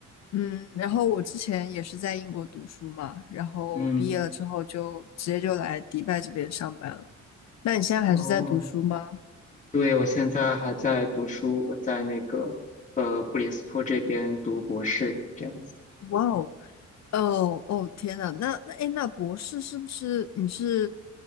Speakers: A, on the left; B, on the left.
A: 嗯，然后我之前也是在英国读书嘛，然后毕业了之后就直接就来迪拜这边上班了。
B: 嗯，
A: 那你现在还是在读书吗？
B: 哦对，我现在还在读书，我在那个呃布里斯托这边读博士，这样子。
A: 哇哦，哦哦，天呐，那那诶，那博士是不是你是，